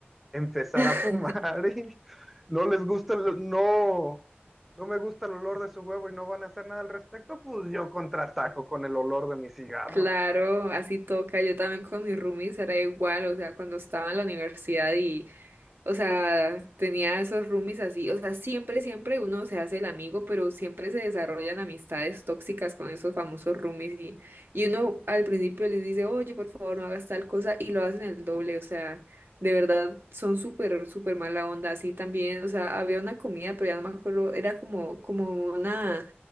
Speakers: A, in the centre; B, on the right (about 60°).
A: empezar
B: <laughs>
A: a fumar y no les gusta, el- no, no me gusta el olor de su huevo y no van a hacer nada al respecto, pues yo contraataco con el olor de mi cigarro.
B: Claro, así toca. Yo también con mis roomies era igual, o sea, cuando estaba en la universidad O sea, tenía esos roomies así. O sea, siempre, siempre uno se hace el amigo, pero siempre se desarrollan amistades tóxicas con esos famosos roomies. Y, y uno al principio les dice, oye, por favor, no hagas tal cosa, y lo hacen el doble. O sea, de verdad, son súper, súper mala onda. Así también, o sea, había una comida, pero ya no me acuerdo, era como, como una...